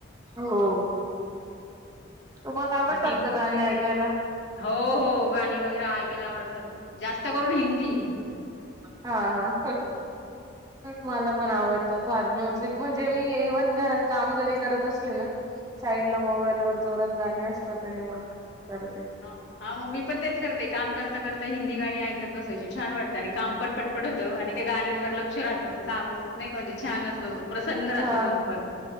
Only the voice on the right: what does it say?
हो. तुम्हाला आवडतात
का गाणी ऐकायला
हा हा. मला पण आवडतं फार म्युझिक म्हणजे मी इव्हन घरात काम जरी करत असले ना. साईड ला मोबाईल वर जोरात गाणी असत त्याने मग करते
हा